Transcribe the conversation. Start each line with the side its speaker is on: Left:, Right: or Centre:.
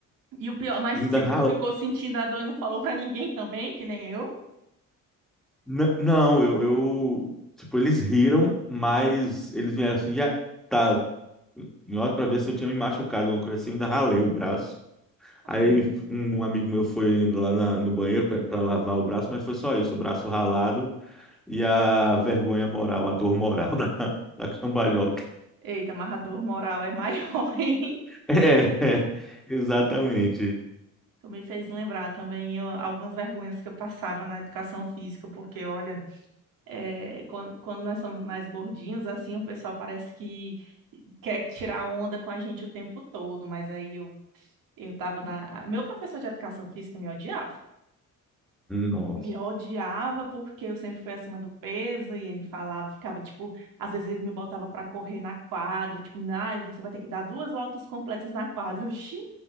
Right: E o pior, mas
Centre: E ainda
Right: tipo,
Centre: ralei
Right: tu ficou sentindo a dor e não falou pra ninguém também, que nem eu?
Centre: N- não, eu, eu- Tipo, eles riram, mas eles vieram assim, já tá. Em hora pra ver se eu tinha me machucado, alguma coisa assim, eu ainda ralei o braço.
Right: Ai,
Centre: Aí um amigo meu foi lá na- no banheiro pra pra lavar o braço, mas foi só isso, o braço ralado e a vergonha moral, a dor moral <laughs> da, da cambalhota.
Right: eita, mas a dor moral é maior, <laughs> hein?
Centre: É, <laughs> é, exatamente.
Right: Tu me fez lembrar também ó, algumas vergonhas que eu passava na educação física, porque olha, é, quan- quando, nós somos mais gordinhos, assim, o pessoal parece que quer tirar onda com a gente o tempo todo, mas aí eu, eu tava na. Meu professor de educação física me odiava.
Centre: Nossa,
Right: me odiava porque eu sempre fui acima do peso e ele falava, ficava tipo, às vezes ele me botava pra correr na quadra, tipo, ah, você vai ter que dar duas voltas completas na quadra. <laughs> Eu, "Xi".